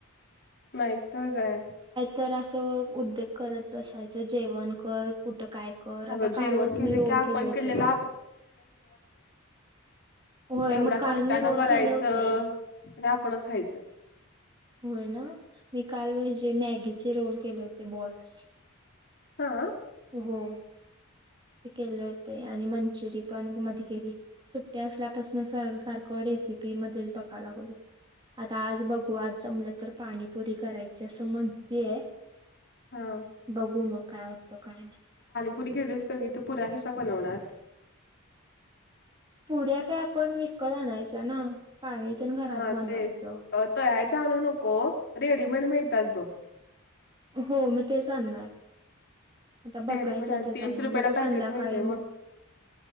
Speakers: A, on the left (about 50°); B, on the right (about 20°).
A: नाही तर काय.
B: तर असं उद्योग करत बसायचं जेवण कर कुठं काय? कर आता
A: अगं
B: कालच
A: जेवण केलं
B: मी रोल
A: की आपण
B: केले होते
A: केलेलं
B: बघ. होय मग
A: एवढा
B: काल
A: कष्टानं
B: मी रोल
A: करायचं
B: केले होते
A: आणि आपणच खायच.
B: होय न‌ मी काल म्हजे मॅगीचे रोल केले होते बॉल्स.
A: हा.
B: हो. ते केले होते आणि मंचुरी पण मध्ये केली. सुट्ट्या असल्यापासून सारख रेसिपी मध्येच बघाय लागलोय. आता आज बघू आज जमलं तर पाणीपुरी करायची असं म्हणतीय.
A: हा
B: बघू मग काय होतंय काय नाय.
A: पुरी केलीस का नाही तू पुऱ कशा बनवणार?
B: पुऱ्या काय आपण विकत आणायचा ना. पाणी तेन घरात
A: हा
B: बनवायचं.
A: तेच तळायच्या आणू नको रेडीमेड मिळतात बग.
B: हो मग तेच आगणार. आता बघायचं
A: रेडीमेड आणि
B: ते
A: तीस
B: जाऊन
A: रुपयाला
B: बघू
A: पॅकेट
B: संध्याकाळी
A: मिळते
B: मग
A: मोठं